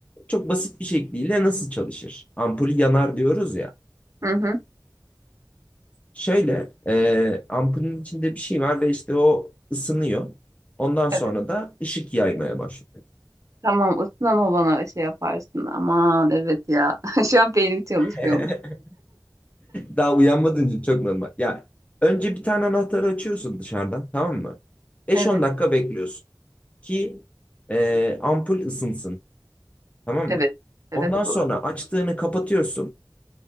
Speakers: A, on the left (about 15°); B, on the right (about 45°).
A: çok basit bir şekliyle nasıl çalışır? Ampul yanar diyoruz ya.
B: Hı hı.
A: Şöyle e, ampulün içinde bir şey var ve işte o ısınıyor. Ondan sonra
B: Evet.
A: da ışık yaymaya başlıyor.
B: Tamam ısınan olana şey yaparsın. Aman evet ya. <laughs> Şu an beynim çalışmıyormuş.
A: <laughs> Daha uyanmadığın için çok normal. Ya önce bir tane anahtarı açıyorsun dışarıdan tamam mı? 5-10
B: Evet.
A: dakika bekliyorsun ki e, ampul ısınsın tamam
B: Evet.
A: mı?
B: Evet
A: Ondan sonra
B: doğru.
A: açtığını kapatıyorsun.